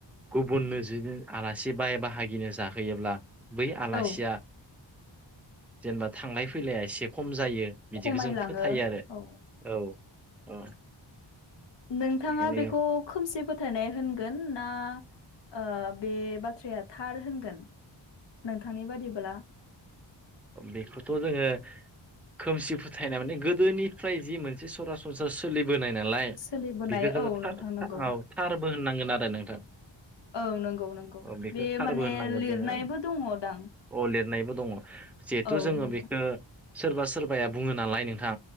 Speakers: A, in the centre; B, on the left.
A: गुबुननो ज आलासि बाय बााहागिनो जाहोयोब्ला बै आलासिया
B: औ
A: जेनेबा थांलाय फैलाया एसे खम जायो। बिदिखौ
B: खमायलाङो
A: जों फोथायो आरो
B: औ
A: औ औ।
B: नोंथाङा
A: बेखायनो
B: बेखौ खोमसे फोथ फोथायनाय होनगोन ना ओ बे बाथ्राया थार होनगोन। नोंथांनि बादिब्ला।
A: बेखौथ' जोङो खोमसि फोथायनाय माने गोदोनिफ्राय जि मोनसे सरासन संसाराव सोलिबोनाय नालाय।
B: सोलिबोनाय
A: बेखौ जोङो
B: औ नोंथां नंगौ
A: औ थारबो होननांगोन आरो नोंथां
B: औ नंगौ नंगौ।
A: ओ बेखौ
B: बे
A: थारबो
B: माने
A: होननांगोन
B: लिरनायबो
A: जोङो
B: दङदां
A: अ लिरनायबो दङ जिहेथु
B: औ
A: जोङो
B: नोंथां
A: बेखौ सोरबा सोरबाया बुङो नालाय नोंथां